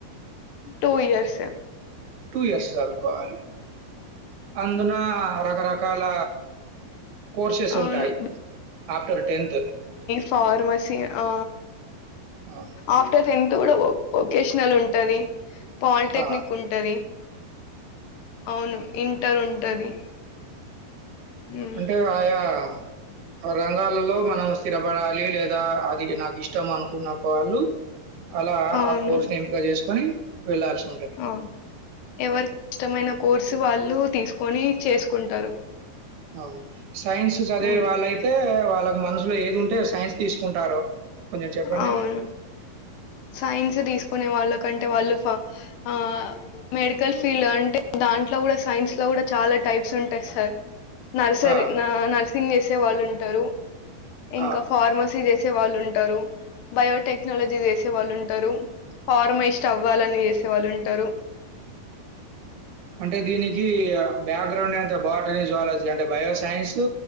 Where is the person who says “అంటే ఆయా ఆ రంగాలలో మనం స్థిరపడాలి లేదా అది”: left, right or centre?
Right